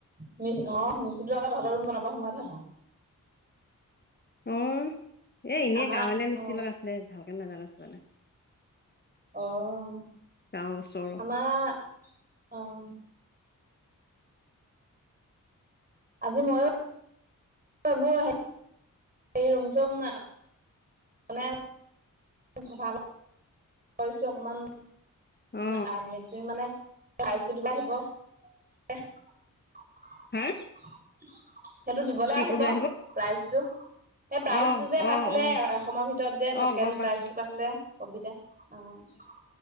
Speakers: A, on the right; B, on the left.
A: মি অ মিস্ত্ৰীটো আকৌ তহ'তৰ ৰুম বনাব সময়হে নহা হয়।
B: অ এ এনে
A: আমাৰ
B: গাঁৱলীয়া মিস্ত্ৰী
A: অ
B: লগাইছিলে ভালকে নাজানে ছাজানে
A: অ'
B: গাঁৱৰ ওচৰৰ
A: আমাৰ অ'। আজি মইয়ো <unintelligible> এই ৰুম চুম মানে চফা কৰি ছো অকমান
B: অ
A: আমিতো মানে প্ৰাইজটো দিব আহিব। সেইটো
B: হা
A: দিবলৈ
B: কি
A: আহিব
B: কবলৈ
A: প্ৰাইজটো। সেই প্ৰাইজটো
B: অ
A: যে পাইছিলে
B: অ অ
A: এ অসমৰ ভিতৰত যে ছেকেণ্ড
B: অ গম পাইছো
A: প্ৰাইজটো পাইছিলে কবিতা অ'।